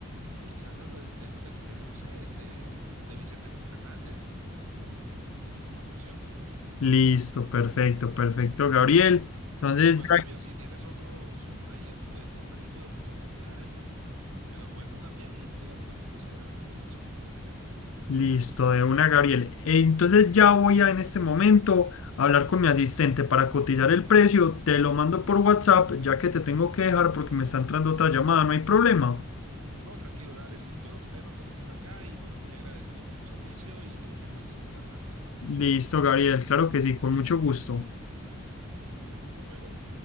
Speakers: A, on the right (about 85°); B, on the left (about 70°).
A: Y quizás a lo del interior le gustaría, no sé, el de, el de Vicente Fernández. Sería como una buena opción, ¿no?
B: Listo, perfecto, perfecto, Gabriel. Entonces,
A: Y pues
B: ya-
A: obvio, si tienes otros ahí dentro de tu abanico de oportunidades, pues me los muestro también y podríamos también considerar otras oportunidades.
B: listo, de una, Gabriel. Eh, Entonces ya voy a en este momento a hablar con mi asistente para cotizar el precio. Te lo mando por WhatsApp, ya que te tengo que dejar porque me está entrando otra llamada, no hay problema.
A: No, tranquilo, dale, sí, yo lo espero entonces por acá y bueno, muy agradecido por tu servicio y creo que estamos en buenas manos.
B: Listo, Gabriel, claro que sí, con mucho gusto.
A: Bueno, hasta luego.